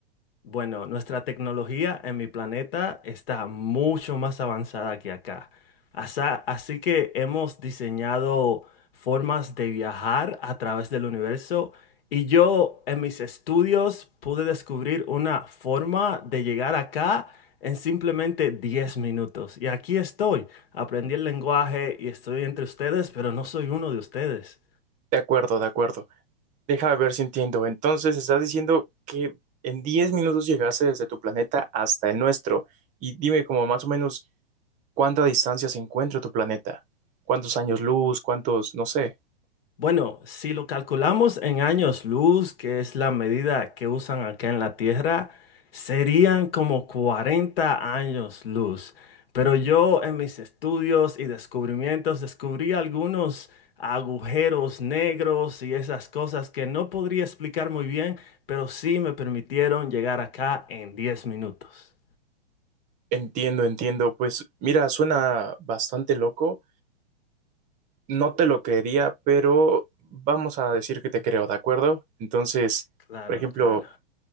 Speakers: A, on the left (about 65°); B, on the right (about 25°).
A: Bueno, nuestra tecnología en mi planeta está mucho más avanzada que acá. Asa- así que hemos diseñado formas de viajar a través del universo y yo en mis estudios pude descubrir una forma de llegar acá en simplemente 10 minutos. Y aquí estoy, aprendí el lenguaje y estoy entre ustedes, pero no soy uno de ustedes.
B: De acuerdo, de acuerdo. Déjame ver si entiendo. Entonces, estás diciendo que en 10 minutos llegaste desde tu planeta hasta el nuestro. Y dime como más o menos cuánta distancia se encuentra tu planeta. ¿Cuántos años luz? ¿Cuántos? No sé.
A: Bueno, si lo calculamos en años luz, que es la medida que usan acá en la Tierra, serían como 40 años luz. Pero yo en mis estudios y descubrimientos descubrí algunos agujeros negros y esas cosas que no podría explicar muy bien, pero sí me permitieron llegar acá en 10 minutos.
B: Entiendo, entiendo. Pues mira, suena bastante loco. No te lo creería, pero vamos a decir que te creo, ¿de acuerdo? Entonces,
A: Claro,
B: por ejemplo,
A: claro.